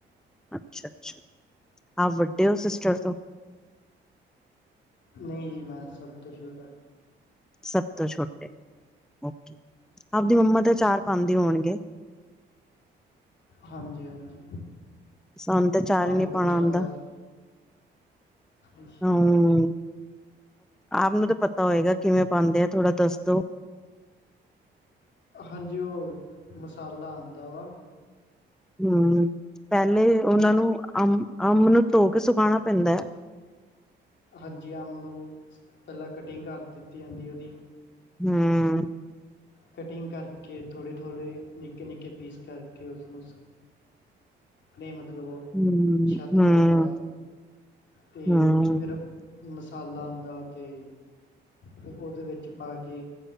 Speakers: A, in the centre; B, on the left (about 65°).
A: ਅੱਛਾ, ਅੱਛਾ ਆਪ ਵੱਡੇ ਹੋ ਸਿਸਟਰ ਤੋਂ
B: ਨਹੀਂ ਜੀ ਮੈਂ ਸਭ ਤੋਂ ਛੋਟਾ।
A: ਸਭ ਤੋਂ ਛੋਟੇ ਓਕੇ ਆਪਦੀ ਮੰਮਾ ਤੇ ਚਾਰ ਪਾਂਦੇ ਹੋਣਗੇ।
B: ਹਾਂਜੀ ਹਾਂਜੀ,
A: ਸਾਨੂੰ ਤੇ ਚਾਰ ਹੀ
B: ਅੰਬ
A: ਨੀ ਪਾਣਾ
B: ਕਚਾਰ
A: ਆਉਂਦਾ
B: ਅੱਛਾ
A: ਹੂ,,,
B: ਜੀ।
A: ਆਪ ਨੂੰ ਤਾਂ ਪਤਾ ਹੋਏਗਾ ਕਿਵੇਂ ਪਾਉਂਦੇ ਆ ਥੋੜਾ ਦੱਸ ਦੋ
B: ਹਾਂਜੀ ਉਹ ਮਸਾਲਾ ਆਉਂਦਾ ਵਾ।
A: ਹੂ ਪਹਿਲੇ ਉਨਾਂ ਨੂੰ ਅੰਬ ਨੂੰ ਧੋ ਕੇ ਸੁਕਾਉਣਾ ਪੈਂਦਾ
B: ਹਾਂਜੀ ਅੰਬ ਨੂੰ ਪਹਿਲਾਂ ਕਟਿੰਗ ਕਰ ਦਿੱਤੀ ਜਾਂਦੀ ਉਦੀ
A: ਹੂ,,,
B: ਕਟਿੰਗ ਕਰਕੇ ਥੋੜੇ ਥੋੜੇ ਨਿੱਕੇ ਨਿੱਕੇ ਪੀਸ ਕਰਕੇ ਉਸਨੂੰ ਨਹੀਂ ਮਤਲਬ ਉਹ
A: ਹਮ
B: ਛੱਤ
A: ਹਮ
B: ਪਰ ਪਾ ਤੇ
A: ਹਮ
B: ਫਿਰ ਮਸਾਲਾ ਆਂਦਾ ਤੇ ਤੇ ਉਹਦੇ ਵਿੱਚ ਪਾ ਕੇ